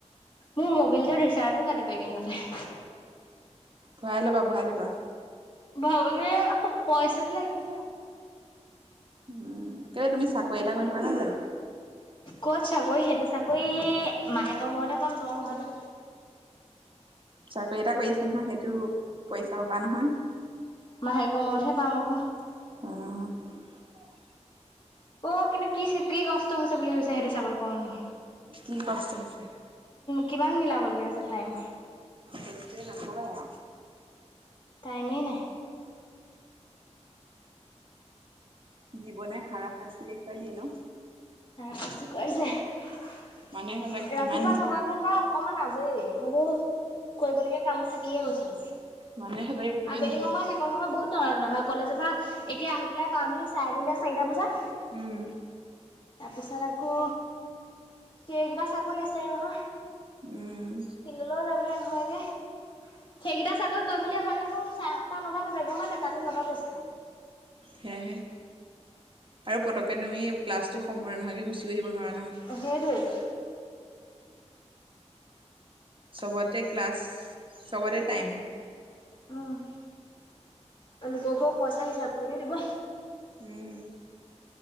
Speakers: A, on the left (about 45°); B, on the right (about 45°).
A: মোৰ মবিলটো ৰিচাৰ্জো কাটিব এই কেইদিনতে।
B: ভৰাই লবা ভৰাই লবা।
A: ভৰাবলে আকৌ পইচাটো লাগিব ন।
B: উ কেলেই তুমি চাকৰি এটা কৰি থকা নাই জানোঁ।
A: ক'ত চাকৰি সেইটো চাকৰি মাহেকৰ মূৰতে পাম দৰমহাটো।
B: চাকৰি এটা কৰি আছে নহয় সেইটো পইচা পাবা নহয়।
A: মাহেক মূৰত হে পাম আকৌ।
B: আহ।
A: অ', কিন্তু কি কি কষ্ট হৈছে বুলি ভাবিছা সেইটো চাকৰি কৰনো।
B: কি কষ্ট হৈছে।
A: কিমান মিলাবলগীয়া হৈছে টাইম।
B: সেইটোৱে নকবাই আৰু।
A: টাইমেই নাই।
B: জীৱনে হাৰাশাস্তি দেখুৱাই দিয়ে ন।
A: হাৰা শাস্তি খুৱাইছে। ৰাতিপুৱা
B: মানুহে সঁচাকে কিমান
A: সময়কন বা অকমান আজৰি হলেও কৰিবলগীয়া কাম বোৰ থাকিয়ে গৈছে।
B: মানুহে ভাবে কিমান
A: এই
B: ঘাট
A: সময়, সেইকন সময় বহুত টনা টনা হয়, কলেজৰ পৰা এতিয়া আহি পেলাই পামহি চাৰে তিনিটা চাৰিটা বজাত
B: উম।
A: তাৰপিছত আকৌ কেইকেইটা চাকৰি আছেই নহয়,
B: উম
A: ফিল্ডলৈও যাবলৈ নহয়গে। সেইকেইটা চাকৰি কৰিম বুলি হ'লে মোৰ, চাৰে আঠটা নটা বাজে, গম পাইছা, কালি নটা বাজিছে।
B: সেয়াহে আৰু পতকে তুমি ক্লাছটো সম্পূৰ্ণ নহোৱাকে গুচি আহিব নোৱাৰা ন।
A: অ', সেইটোৱেই।
B: চবতে ক্লাছ, চবতে টাইম।
A: উম, লোককো পইচা হিচাপ কৰিহে দিব।
B: উম।